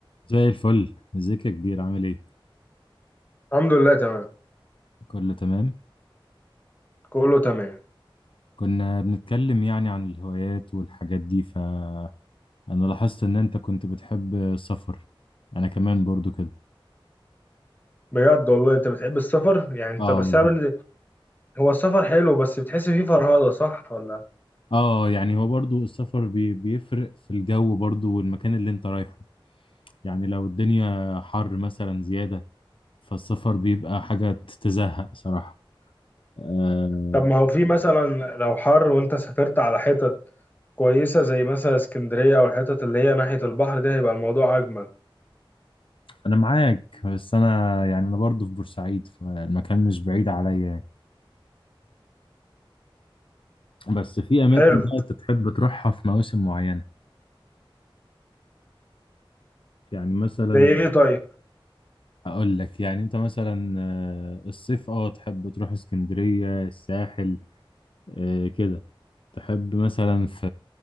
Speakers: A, on the left (about 70°); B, on the left (about 20°).
A: زي الفل ازيك يا كبير عامل ايه
B: الحمد لله تمام
A: كله تمام
B: كله تمام
A: كنا بنتكلم يعني عن الهوايات والحاجات دي فانا لاحظت ان انت كنت بتحب السفر انا كمان برضو كده
B: بجد والله انت بتحب السفر يعني انت
A: اه
B: بس
A: والله.
B: أنا بن- هو السفر حلو بس بتحس فيه فرهدة صح ولا
A: اه يعني هو برضو السفر بي بيفرق في الجو برضو والمكان اللي انت رايحه يعني لو الدنيا حر مثلا زيادة فالسفر بيبقى حاجة تزهق صراحة آه
B: طب ما هو في مثلا لو حر وانت سافرت على حتت كويسة زي مثلا اسكندرية او الحتت اللي هي ناحية البحر ده هيبقى الموضوع اجمل
A: انا معاك بس انا يعني انا برضو في بورسعيد فالمكان مش بعيد عليا بس في اماكن
B: حلو
A: بقى انت تحب تروحها في مواسم معينه يعني مثلا
B: زي ايه طيب
A: هقول لك يعني انت مثلا آه، الصيف اه تحب تروح اسكندريه الساحل آه، كده تحب مثلا في